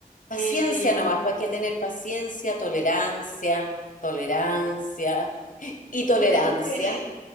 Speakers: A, on the left (about 60°); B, on the right (about 55°).
A: Paciencia
B: Eh,
A: nomás, para que tener paciencia, tolerancia, tolerancia y tolerancia.
B: Creo que